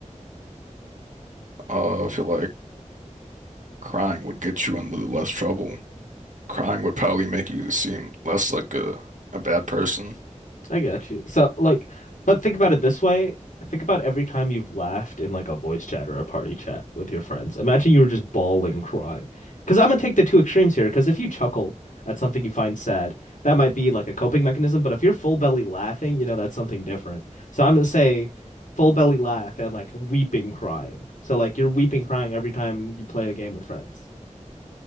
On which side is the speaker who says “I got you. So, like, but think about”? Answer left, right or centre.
Left